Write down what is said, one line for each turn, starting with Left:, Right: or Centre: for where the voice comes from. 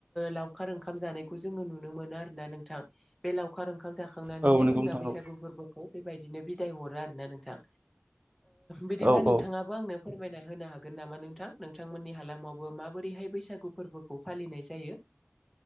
Centre: लावखार ओंखाम जानायखौ। जोङो नुनो मोनो आरोना नोंथां बे लावखार ओंखाम जाखांनानैनो
Right: औ नंगौ
Centre: जोंना
Right: नोंथां
Centre: बैसागु
Right: औ
Centre: फोरबोखौ। बेबायदिनो बिदाय हरो आरोना नोंथां बिदिब्ला
Right: औ
Centre: नोंथाङाबो
Right: औ
Centre: आंनो। फोरमायना होनो हागोन नामा नोंथां नोंथांमोननि हालामावबो माबोरैहाय बैसागु फोरबोखौ फालिनाय जायो।